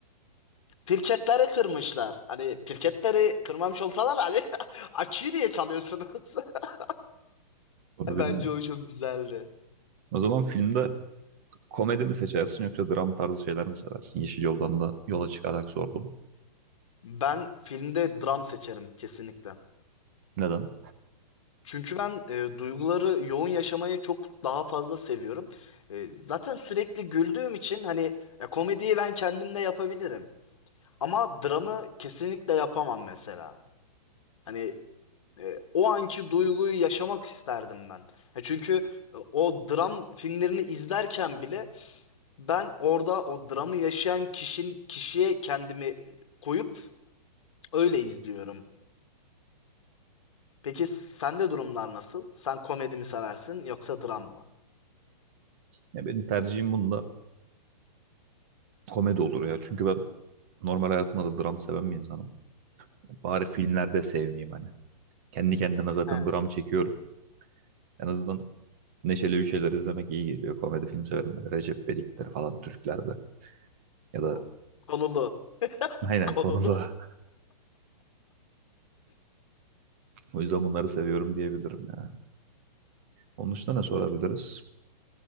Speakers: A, on the left; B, on the right.
A: Pirketleri kırmışlar. Hani pirketleri kırmamış olsalar hani <laughs> açıyı diye çalıyorsunuz. <laughs>
B: Onu
A: Bence
B: bilmiyorum.
A: o çok güzeldi.
B: O zaman filmde komedi mi seçersin yoksa dram tarzı şeyler mi seversin? Yeşil Yoldan da yola çıkarak sordum.
A: Ben filmde dram seçerim kesinlikle.
B: Neden?
A: Çünkü ben e, duyguları yoğun yaşamayı çok daha fazla seviyorum. E, zaten sürekli güldüğüm için hani e, komediyi ben kendim de yapabilirim. Ama dramı kesinlikle yapamam mesela. Hani e, o anki duyguyu yaşamak isterdim ben. E, çünkü e, o dram filmlerini izlerken bile ben orada o dramı yaşayan kişinin kişiye kendimi koyup öyle izliyorum. Peki sende durumlar nasıl? Sen komedi mi seversin yoksa dram mı?
B: Ya benim tercihim bunda komedi olur ya. Çünkü ben normal hayatımda da dram seven bir insanım. Ya Bari filmlerde sevmeyeyim hani. Kendi kendime zaten
A: He,
B: dram çekiyorum. En azından neşeli bir şeyler izlemek iyi geliyor. Komedi film severim böyle Recep İvedik'leri falan Türklerde. Ya da
A: o- konulu,
B: aynen
A: konulu.
B: konuda. <laughs> O yüzden bunları seviyorum diyebilirim ya. Onun dışında ne sorabiliriz?